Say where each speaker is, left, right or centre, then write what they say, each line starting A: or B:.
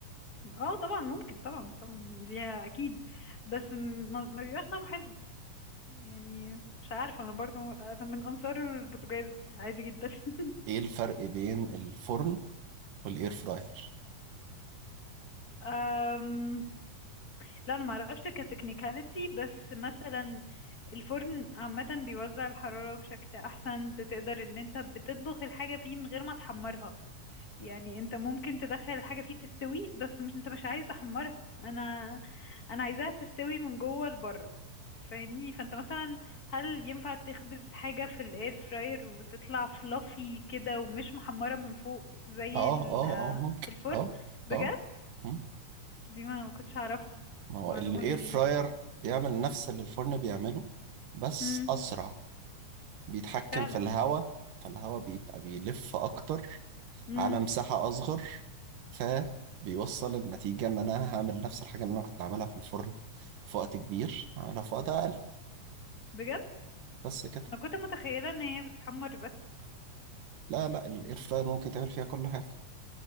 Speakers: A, on the left; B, on the right.
A: اه طبعا ممكن طبعا طبعا يعني دي اكيد بس م- ما ما بيبقاش طعمه حلو يعني مش عارفه انا برضو انا من انصار البوتاجاز عادي جدا <laughs>
B: إيه الفرق بين الفرن والإير فراير؟
A: أم... لا انا ما اعرفش كتكنيكاليتي بس مثلا الفرن عامة بيوزع الحرارة بشكل أحسن بتقدر إن أنت بتطبخ الحاجة فيه من غير ما تحمرها يعني انت ممكن تدخل الحاجة فيه تستوي بس مش انت مش عايز تحمرها انا انا عايزاها تستوي من جوه لبره فاهمني فانت مثلا هل ينفع تخبز حاجة في الاير فراير وتطلع فلافي كده ومش محمرة من فوق زي
B: آه
A: ال-
B: آه آه ممكن
A: الفرن
B: آه
A: بجد
B: آه مم.
A: دي ما كنتش اعرفها
B: ما هو
A: معلومة
B: الاير
A: جديدة
B: فراير بيعمل نفس اللي الفرن بيعمله بس
A: امم
B: اسرع بيتحكم
A: فعلا
B: في الهواء فالهواء بيبقى بيلف اكتر
A: امم
B: على مساحة اصغر فبيوصل النتيجة ان انا هعمل نفس الحاجة اللي انا كنت عاملها في الفرن في وقت كبير هعملها في وقت اقل
A: بجد
B: بس كده
A: انا كنت متخيلة ان هي بتحمر بس
B: لا لا الاير فراير ممكن تعمل فيها كل حاجة